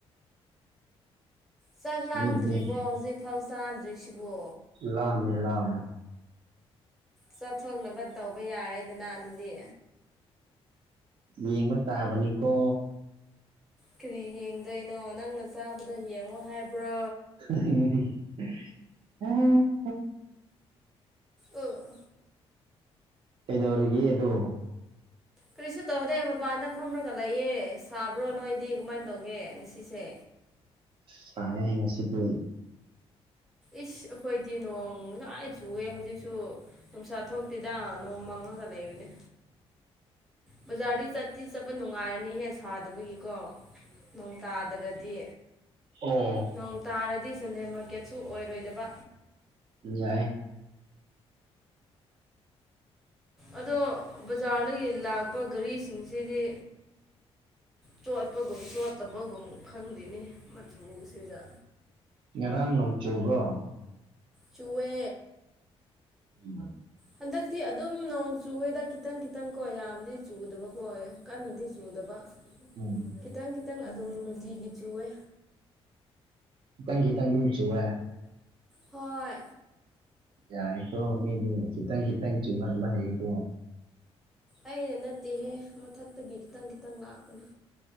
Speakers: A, in the centre; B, on the right (about 55°).
A: ꯆꯥꯛ ꯂꯥꯝꯗ꯭ꯔꯤꯕꯣ
B: ꯃꯤꯗꯤ
A: ꯍꯧꯖꯤꯛꯐꯥꯎ ꯆꯥꯗ꯭ꯔꯤꯁꯤꯕꯨ
B: ꯂꯥꯝꯃꯦ ꯂꯥꯝꯃꯦ
A: ꯆꯠꯊꯣꯛꯅꯕ ꯇꯧꯕ ꯌꯥꯔꯦꯗꯅ ꯑꯗꯨꯗꯤ
B: ꯌꯦꯡꯕ ꯇꯥꯕꯅꯤꯀꯣ
A: ꯀꯔꯤ ꯌꯦꯡꯗꯣꯏꯅꯣ ꯅꯪꯅ ꯆꯥꯕꯗꯣ ꯌꯦꯡꯉꯣ ꯍꯥꯏꯕ꯭ꯔꯣ
B: <unintelligible>
A: ꯑꯛ ꯑꯥ
B: ꯀꯩꯗꯧꯔꯒꯦ ꯑꯗꯣ
A: ꯀꯔꯤꯁꯨ ꯇꯧꯗꯦ ꯃꯄꯥꯟꯗ ꯐꯝꯔꯒ ꯂꯩꯌꯦ ꯁꯥꯕ꯭ꯔꯣ ꯅꯣꯏꯗꯤ ꯀꯃꯥꯏꯅ ꯇꯧꯒꯦ ꯉꯁꯤꯁꯦ
B: ꯁꯥꯏꯌꯦ ꯉꯁꯤꯗꯤ
A: ꯏꯁ ꯑꯩꯈꯣꯏꯗꯤ ꯅꯣꯡ ꯉꯁꯥꯏ ꯆꯨꯑꯦ ꯍꯧꯖꯤꯛꯁꯨ ꯅꯨꯡꯁꯥ ꯊꯣꯛꯇꯦ ꯇꯥ ꯅꯣꯡ ꯃꯪꯉꯒ ꯂꯩꯕꯅꯦ ꯕꯖꯥꯔꯗꯤ ꯆꯠꯇꯤ ꯆꯠꯄ ꯅꯨꯡꯉꯥꯏꯔꯅꯤꯍꯦ ꯁꯥꯗꯕꯒꯤꯀꯣ ꯅꯣꯡ ꯇꯥꯗ꯭ꯔꯗꯤ
B: ꯑꯣ
A: ꯅꯣꯡ ꯇꯥꯔꯗꯤ ꯁꯟꯗꯦ ꯃꯥꯔꯀꯦꯠꯁꯨ ꯑꯣꯏꯔꯣꯏꯗꯕ
B: ꯌꯥꯏꯌꯦ
A: ꯑꯗꯣ ꯕꯖꯥꯔꯗꯒꯤ ꯂꯥꯛꯄ ꯒꯥꯔꯤꯁꯤꯡꯁꯤꯗꯤ ꯆꯣꯠꯄꯒꯨꯝ ꯆꯣꯠꯇꯕꯒꯨꯝ ꯈꯪꯗꯦꯅꯦ ꯃꯆꯨꯁꯤꯗ
B: ꯉꯔꯥꯡ ꯅꯣꯡ ꯆꯨꯕ꯭ꯔꯣ
A: ꯆꯨꯋꯦ
B: ꯎꯝꯝ
A: ꯍꯟꯗꯛꯇꯤ ꯑꯗꯨꯝ ꯅꯣꯡ ꯆꯨꯋꯦꯗ ꯈꯤꯇꯪ ꯈꯤꯇꯪ ꯀꯣ ꯌꯥꯝꯗꯤ ꯆꯨꯗꯕꯀꯣ ꯀꯟꯅꯗꯤ ꯆꯨꯗꯕ
B: ꯎꯝ
A: ꯈꯤꯇꯪ ꯈꯤꯇꯪ ꯑꯗꯨꯝ ꯅꯨꯡꯇꯤꯒꯤ ꯆꯨꯋꯦ
B: ꯈꯤꯇꯪ ꯈꯤꯇꯪ ꯑꯗꯨꯝ ꯆꯨꯋꯦ
A: ꯍꯣꯏ
B: ꯌꯥꯏꯀꯣ ꯃꯤꯗꯤ ꯈꯤꯇꯪ ꯈꯤꯇꯪ ꯆꯨꯍꯟꯕ ꯍꯩꯀꯣ
A: ꯑꯩꯅ ꯅꯠꯇꯦꯍꯦ ꯃꯊꯛꯇꯒꯤ ꯈꯤꯇꯪ ꯈꯤꯇꯪ ꯂꯥꯛꯄꯅꯦ